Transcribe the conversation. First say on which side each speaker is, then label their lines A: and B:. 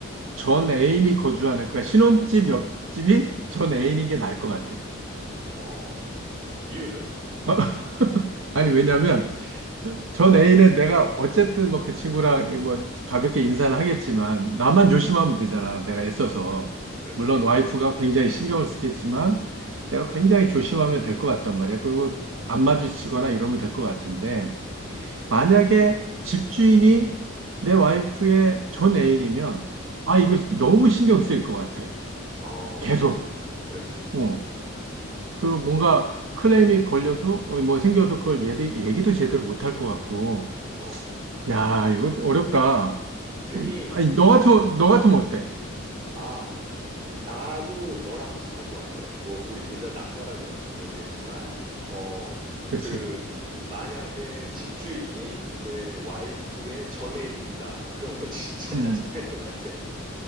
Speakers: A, on the right; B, on the right.
A: 전 애인이 거주하는, 그 신혼집 옆집이 전 애인인 게 나을 것 같아.
B: 어, 이유는?
A: <laughs> 아니,
B: <laughs>
A: 왜냐면, 전 애인은 내가 어쨌든 뭐 그 친구랑 뭐 가볍게 인사는 하겠지만 나만 조심하면 되잖아. 내가 애써서.
B: 그렇지?
A: 물론 와이프가 굉장히 신경을 쓰겠지만
B: 음,
A: 내가 굉장히 조심하면 될 것 같단 말이야. 그리고 안 마주치거나 이러면 될 것 같은데
B: 음,
A: 만약에 집주인이 내 와이프의 전 애인이면 아,
B: 음.
A: 이거 너무 신경 쓰일 것 같아.
B: 어,
A: 계속.
B: 그렇지.
A: 어. 그리고 뭔가 클레임이 걸려도 어, 뭐 생겨도 그걸 얘기, 얘기도 제대로 못 할 것 같고
B: 어,
A: 야, 이거 어렵다.
B: 괜히,
A: 아니, 너 같으면, 너 같으면 어때?
B: 아, 나도 너랑 비슷할 것 같아. 뭐, 우리 둘 다 남자라 그런지는 모르겠지만, 어,
A: 그렇지.
B: 그, 만약에 집주인이 내 와이프의 전애인이다. 그러면 <laughs> 진짜
A: 음.
B: 짜증날 것 같지 않냐?